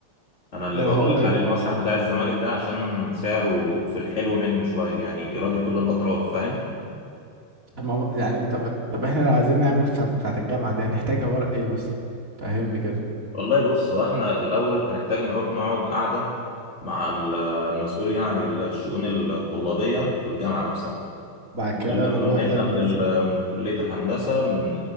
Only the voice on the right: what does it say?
ده
انا هقول
لك
طب ما يعني طب طب احنا لو عايزين نعمل بتاعة بتاعة الجامعة دي هنحتاج أوراق ايه مثلا فهمني كده
بعد كده
نروح
للعايز